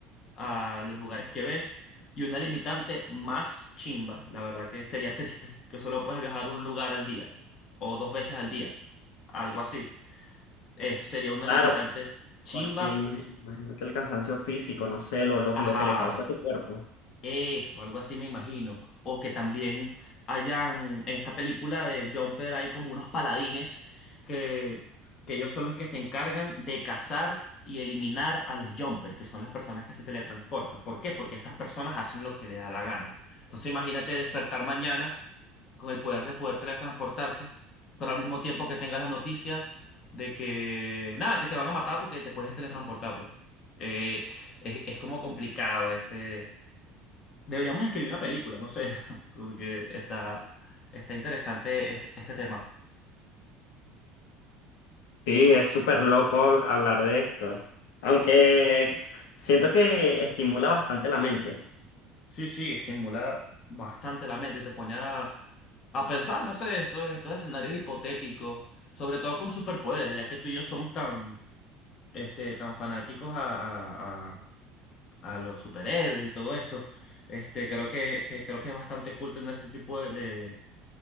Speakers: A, on the left (about 30°); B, on the left (about 85°).
A: a, a los lugares que ves. Y una limitante más chimba, la verdad que sería triste, que solo puedes viajar un lugar al día o dos veces al día, algo así. Eso sería una
B: Claro,
A: limitante chimba,
B: porque imagi- imagínate el cansancio físico, no sé, lo, lo,
A: ajá.
B: lo que le causa a tu cuerpo.
A: Eso, algo así me imagino. O que también hayan, en esta película de Jumper hay como unos paladines que, que ellos son los que se encargan de cazar y eliminar a los Jumper, que son las personas que se teletransportan. ¿Por qué? Porque estas personas hacen lo que les da la gana. Entonces imagínate despertar mañana con el poder de poder teletransportarte, pero al mismo tiempo que tengas la noticia de que, nada, que te van a matar porque te puedes teletransportar, pues. Eh, es, es como complicado este Deberíamos escribir una película, no sé, <laughs> porque está, está interesante este, este tema.
B: Sí, es súper loco habl- hablar de esto. Aunque es- siento que estimula bastante la mente.
A: Sí, sí, estimula bastante la mente, te pone a, a pensar, no sé, estos, estos escenarios hipotéticos, sobre todo con superpoderes, ya que tú y yo somos tan, este, tan fanáticos a, a, a- a los superhéroes y todo esto. Este, creo que, que- creo que es bastante cool tener este tipo de,